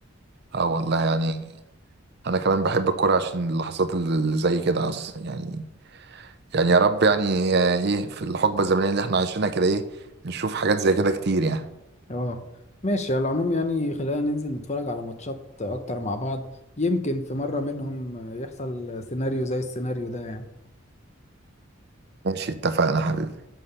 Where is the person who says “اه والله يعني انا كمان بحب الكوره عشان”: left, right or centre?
Right